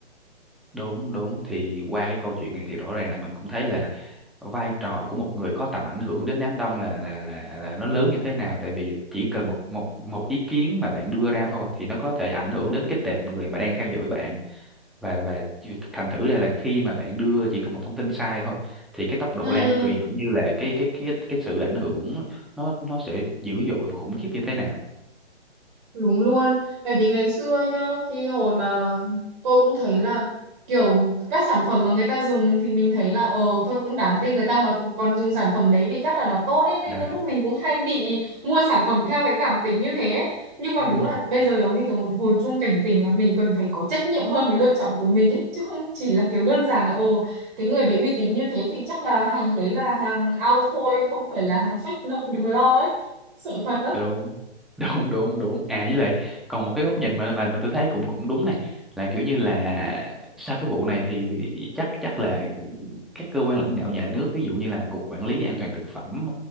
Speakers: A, in the centre; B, on the right (about 45°).
A: đúng đúng thì qua cái câu chuyện này thì rõ ràng là mình cũng thấy là vai trò của một người có tầm ảnh hưởng đến đám đông là là là là nó lớn như thế nào tại vì chỉ cần một một một ý kiến mà bạn đưa ra thôi thì nó có thể ảnh hưởng đến cái tệp người mà đang theo dõi bạn và và thành thử ra là khi mà bạn đưa chỉ cần một thông tin sai thôi thì cái tốc độ
B: Ừ,
A: lan truyền cũng như là cái cái cái cái sự ảnh hưởng nó nó sẽ dữ dội và khủng khiếp như thế nào
B: Đúng luôn, bởi vì ngày xưa nhá, khi hồi mà tôi cũng thấy là kiểu các sản phẩm mà người ta dùng thì mình thấy là ờ thôi cũng đáng tin người ta mà còn dùng sản phẩm đấy thì chắc là nó tốt ấy nên
A: đấy
B: đôi lúc mình cũng hay bị mua sản phẩm theo cái cảm tính như thế. Nhưng mà
A: ừ
B: đúng là bây giờ giống như kiểu một hồi chuông cảnh tỉnh là mình cần phải có trách nhiệm hơn với lựa chọn của mình ấy chứ không chỉ là kiểu đơn giản là ồ cái người đấy uy tín như thế thì chắc là hàng đấy là hàng ao thôi không phải là hàng fake đâu đừng lo ấy. Sợ thật lắm.
A: đúng đúng đúng đúng à với lại còn một cái góc nhìn mà mà mà tôi thấy cũng cũng đúng này là kiểu như là sau cái vụ này thì chắc chắc là các cơ quan lãnh đạo nhà nước ví dụ như là cục quản lý an toàn thực phẩm